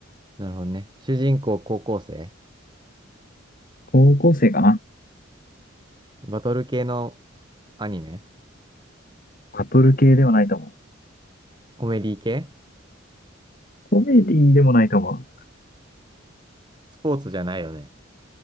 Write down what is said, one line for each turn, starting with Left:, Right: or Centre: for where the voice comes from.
Right: なるほどね。主人公高校生
Left: 高校生かな
Right: バトル系のアニメ
Left: バトル系ではないと思
Right: コメディ系
Left: う。コメディでもないと思う。
Right: スポーツじゃないよね。